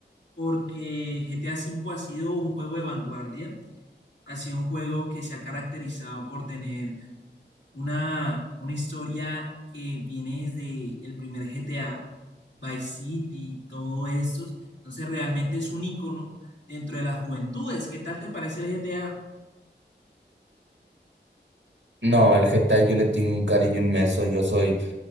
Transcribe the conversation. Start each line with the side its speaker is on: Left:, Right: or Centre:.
Left: porque GTA V ha sido un juego de vanguardia, ha sido un juego que se ha caracterizado por tener una, una historia que viene desde el primer GTA, Vice City, todos estos. Entonces realmente es un icono dentro de las juventudes. ¿Qué tal te parece el GTA?
Right: No, al Getafe yo le tengo un cariño inmenso, yo soy